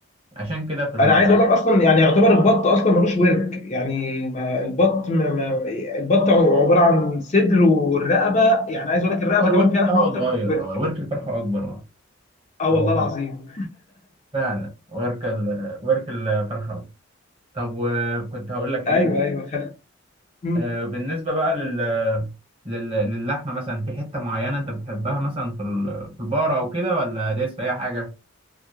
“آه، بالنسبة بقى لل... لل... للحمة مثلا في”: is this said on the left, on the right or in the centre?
Right